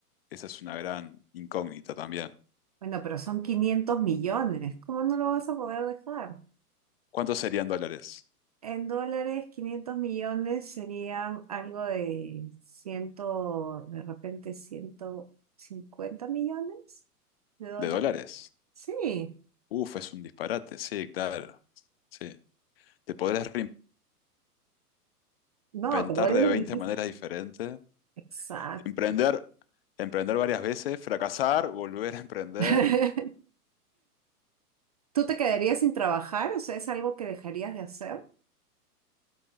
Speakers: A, on the left; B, on the right.
A: Esa es una gran incógnita también.
B: Bueno, pero son 500 millones. ¿Cómo no lo vas a poder dejar?
A: ¿Cuántos serían dólares?
B: En dólares, 500 millones serían algo de ciento, de repente 150 millones de dólares.
A: ¿De dólares?
B: Sí,
A: Uf, es un disparate. Sí, claro. Sí. Te podrás
B: no,
A: Ventar
B: te vuelves
A: de 20
B: riquísimo.
A: maneras diferentes.
B: Exacto.
A: Emprender, emprender varias veces, fracasar, volver a emprender.
B: <laughs> ¿Tú te quedarías sin trabajar? O sea, ¿es algo que dejarías de hacer?